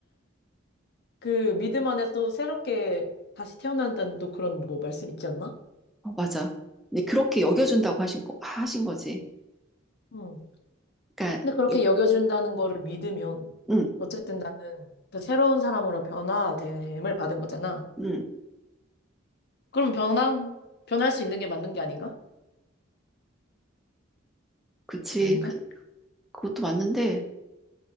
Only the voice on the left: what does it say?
그 믿음 안에 또 새롭게 다시 태어난다는 또 그런 뭐 말씀 있지 않나?
응.
근데 그렇게
여겨준다는 거를 믿으면
어쨌든 나는 그 새로운 사람으로 변화됨을 받은 거잖아.
그럼 변한 변할 수 있는 게 맞는 게 아닌가?
아닌가?